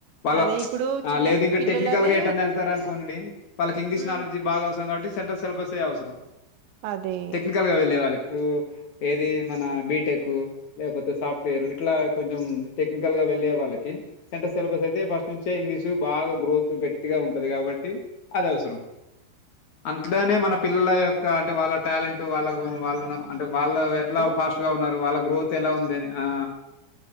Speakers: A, on the left; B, on the right.
A: వాళ్ళ
B: అదే ఇప్పుడు చిన్న
A: లేదు ఇంకా
B: పిల్లలనే
A: టెక్నికల్ గా ఎట్న్నా వెళ్తారు అనుకోండి వాళ్ళకి ఇంగ్లీష్
B: హ్మ్.
A: నాలెడ్జ్ బాగా అవసరం కాబట్టి సె సిలబ అవసరం
B: అదే.
A: టెక్నికల్ గా వెళ్ళే వాళ్ళకి ఇప్పుడు ఏది మన బీటెక్ లేకపోతే సాఫ్ట్వేర్ ఇట్లా కొంచెం టెక్నికల్ గా వెళ్లేే వాళ్ళకి సెంట్రల్ సిలబస్ అయితే ఫస్ట్ నుంచే ఇంగ్లీష్ బాగా గ్రోత్ గట్టిగా ఉంటది కాబట్టి అదివసరం అంతలోనే మన పిల్లల యొక్క అంటే వాళ్ళ టాలెంట్ వాళ్ళ వాళ్ళను అంటే వాళ్ళు ఎట్లా
B: ఆ!
A: ఫాస్ట్ గా ఉన్నారు వాళ్ళ గ్రోత్ ఎలా ఉందిని ఆ